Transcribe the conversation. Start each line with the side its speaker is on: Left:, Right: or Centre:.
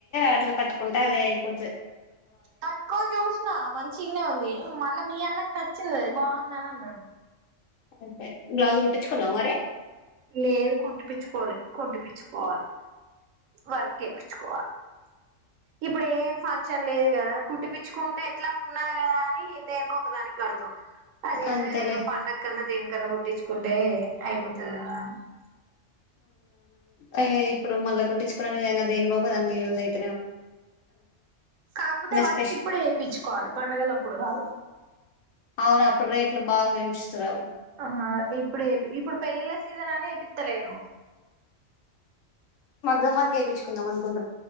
Left: అట్లా కట్ ఉంటాది అయిపోతే
Right: కట్టుకోన్ జూస్నా మ చిగనే ఉంది మళ్ళా మీ అన్నకి నచ్చింది అది బాగుంది అని అన్నాడు
Left: అయ్పై బ్లౌజ్ కుట్టించుకున్నా మరి
Right: లేదు కొట్టిపీచ్చుకోవాలి కొట్టిపీచ్చుకో వాలి వర్క్ వేపిచుకోవాలి. ఇప్పుడు ఏం ఫంక్షన్ లేదు కదా కుట్టిపిచ్చుకుంటే ఎట్లా ఉన్నాయ్ కదా అని దేనికో ఒకదానికి గడతాం అదేదో
Left: అంతేలే
Right: ఏదనా పండగ కన్నా దేనికన్నా కుట్టించుకుంటే అయిపోత్ <unintelligible>
Left: అయ్యా ఇప్పుడు మళ్ల కుట్టించుకున్నా నిజంగా దేనికోక దాని <unintelligible>
Right: కాకపోతే వర్క్
Left: స్పెష
Right: ఇప్పుడే వేపించుకోవాలే పండగలు అప్పుడు కాదు
Left: అవును అప్పుడు రేట్లు బాగా పెంచుతురు
Right: ఆ ఇప్పుడు ఏ ఇప్పుడు పెళ్ళిళ్ళ సీజన్ అనే ఏపిత్తలేను
Left: మగ్గం వర్క్ ఏపించుకుందాం అనుకుంటున్నా